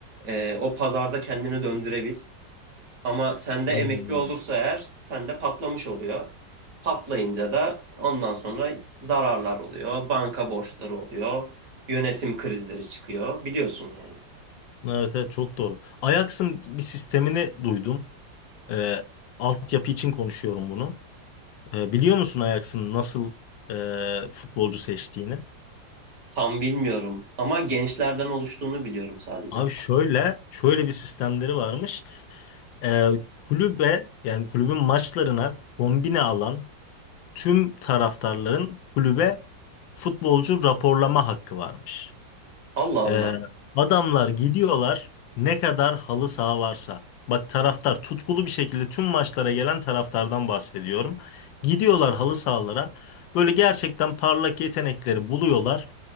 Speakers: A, on the right; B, on the left.
A: ee, o pazarda kendini döndürebil. Ama sende emekli
B: Aynen öyle.
A: olursa eğer sende patlamış oluyor. Patlayınca da ondan sonra zararlar oluyor, banka borçları oluyor, yönetim krizleri çıkıyor. Biliyorsun yani.
B: Evet, evet çok doğru. Ajax'ın bir sistemini duydum. E, altyapı için konuşuyorum bunu. E, biliyor musun Ajax'ın nasıl e, futbolcu seçtiğini?
A: Tam bilmiyorum ama gençlerden oluştuğunu biliyorum sadece.
B: Abi şöyle, şöyle bir sistemleri varmış. E, kulübe yani kulübün maçlarına kombine alan tüm taraftarların kulübe futbolcu raporlama hakkı varmış.
A: Allah Allah.
B: Ee, adamlar gidiyorlar ne kadar halı saha varsa. Bak taraftar tutkulu bir şekilde tüm maçlara gelen taraftardan bahsediyorum. Gidiyorlar halı sahalara. Böyle gerçekten parlak yetenekleri buluyorlar.